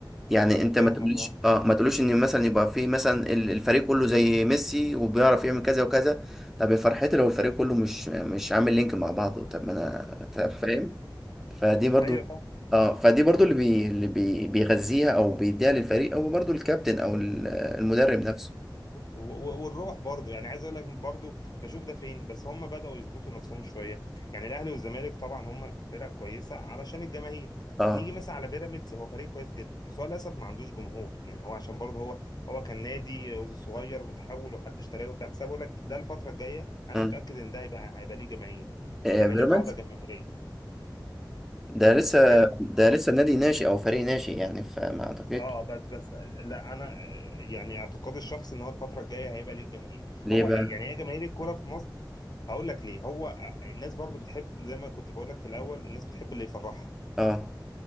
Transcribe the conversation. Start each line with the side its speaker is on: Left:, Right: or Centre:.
Centre: يعني انت ما
Left: فاهمك
Centre: تقوليش
Left: اه
Centre: اه ما تقوليش ان مثلا يبقى في مثلا ال- الفريق كله زي ميسي وبيعرف يعمل كذا وكذا طب يا فرحتي لو الفريق كله مش مش عامل لينك مع بعضه طب ما انا طب فاهم فدي برضو
Left: ايوه
Centre: اه فدي برضو اللي بي... اللي بي... بيغذيها او بيديها للفريق هو برضو الكابتن او ال- المدرب نفسه
Left: بالظبط و- و- والروح برضو يعني عايز اقول لك برضو بشوف ده فين بس هم بدأوا يظبطوا نفسهم شويه يعني الاهلي والزمالك طبعا هم فرق كويسه علشان الجماهير
Centre: اه
Left: نيجي مثلا على بيراميدز هو فريق كويس جدا بس هو للاسف ما عندوش جمهور يعني هو عشان برضه هو هو كان نادي صغير وتحول وحد اشتراه وبتاع بس انا بقول لك ده الفتره الجايه انا
Centre: مم.
Left: متاكد ان ده هيبقى هيبقى ليه جماهير
Centre: آه،
Left: هيبقى
Centre: بيراميدز
Left: ليه قاعده جماهيريه
Centre: ده لسه
Left: بيراميدز
Centre: ده
Left: اه
Centre: لسه نادي ناشئ او فريق ناشئ يعني فما اعتقدش
Left: اه بس بس لا انا آه، يعني اعتقادي الشخصي ان هو الفتره الجايه هيبقى ليه جماهير
Centre: ليه
Left: هو
Centre: بقى
Left: يعني هي جماهير الكوره في مصر هقول لك ليه هو الناس برضو بتحب زي ما كنت بقول لك في الاول الناس بتحب اللي يفرحها
Centre: اه